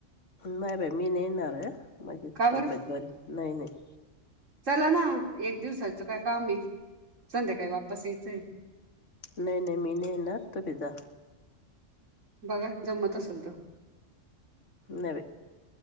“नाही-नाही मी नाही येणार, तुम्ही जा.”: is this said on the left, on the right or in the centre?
Left